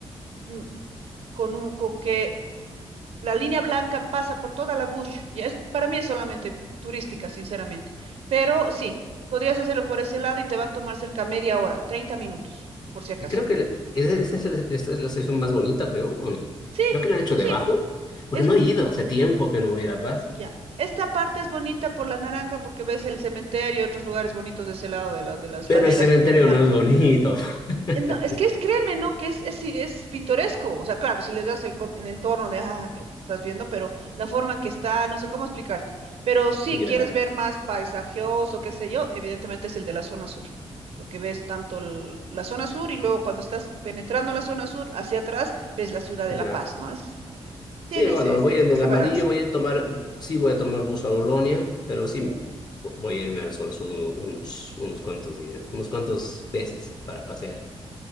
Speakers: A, on the right; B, on the left.
A: mm, con, un, con que la línea blanca pasa por toda la bush. Ya es, para mí es solamente turística, sinceramente. Pero sí, podrías hacerlo por ese lado y te va a tomar cerca media hora, 30 minutos, por si acaso.
B: Y creo que le- ese- esa es, la- esta es la sección más bonita, creo, ¿o no?
A: Sí,
B: Creo que la han hecho
A: pues
B: debajo,
A: sí,
B: porque
A: es
B: no he ido, hace tiempo que no voy a La Paz.
A: ya. Esta parte es bonita por la naranja porque ves el cementerio y otros lugares bonitos de ese lado de, la- de las
B: Pero
A: laderas,
B: el cementerio
A: como le llaman.
B: no es bonito. <laughs>
A: eh, No, es que es, créeme, ¿no? Que es, es, sí, es pintoresco. O sea, claro, si le das el, con- el entorno de, ah, que estás viendo, pero la forma en que está, no sé cómo explicarte. Pero si
B: Ya,
A: quieres ver más paisajoso, qué sé yo, evidentemente es el de la zona sur, porque ves tanto el- la zona sur y luego cuando estás penetrando la zona sur hacia atrás, ves la ciudad de
B: ya.
A: La Paz, ¿no? Es, tienes
B: Sí, bueno,
A: Mm. ese,
B: voy
A: ese
B: a ir en el
A: ese
B: amarillo,
A: balance.
B: voy a ir tomar, sí voy a tomar bus a Bolonia, pero sí voy a irme al zona sur uno- unos, unos cuantos días, unos cuantos veces para pasear,